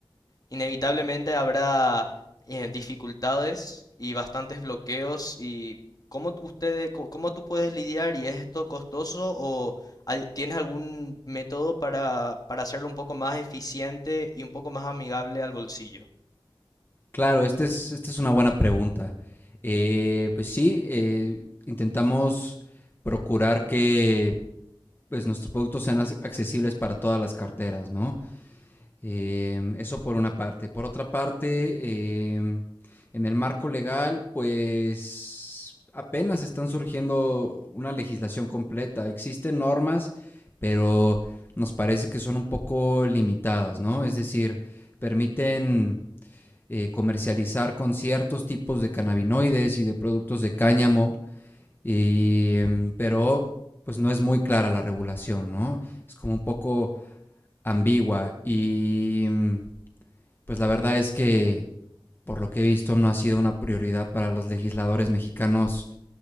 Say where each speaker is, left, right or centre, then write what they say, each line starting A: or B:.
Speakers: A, on the left; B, on the left.
A: Inevitablemente habrá eh, dificultades y bastantes bloqueos y ¿cómo t- ustedes, co- cómo tú puedes lidiar y es esto costoso o hay- tienes algún método para, para hacerlo un poco más eficiente y un poco más amigable al bolsillo?
B: claro, esta es, esta es una buena pregunta. Eh, pues sí, eh, intentamos procurar que pues, nuestros productos sean as- accesibles para todas las carteras, ¿no? Em, eso por una parte. Por otra parte, em, en el marco legal, pues apenas están surgiendo una legislación completa. Existen normas, pero nos parece que son un poco limitadas, ¿no? Es decir, permiten eh, comercializar con ciertos tipos de cannabinoides y de productos de cáñamo, y, em, pero pues no es muy clara la regulación, ¿no? Es como un poco ambigua y mm, pues la verdad es que, por lo que he visto, no ha sido una prioridad para los legisladores mexicanos